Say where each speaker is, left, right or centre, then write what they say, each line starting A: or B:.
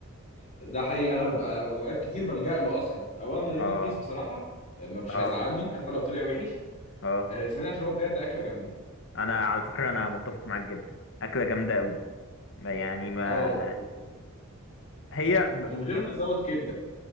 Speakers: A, on the left; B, on the left.
A: ده حقيقي انا بقى- اوقات كتير بلجأ له اصلا اولا لانه
B: اه
A: رخيص بصراحه آه، ما مش
B: اه
A: هيزعلني حتى لو طلع وحش
B: اه
A: آه، ثانيا عشان هو بجد اكله جامده
B: انا على فكره انا متفق معاك جدا اكله جامده قوي ما- يعني ما
A: اه و-
B: هي
A: ومن غير ما ازود كبده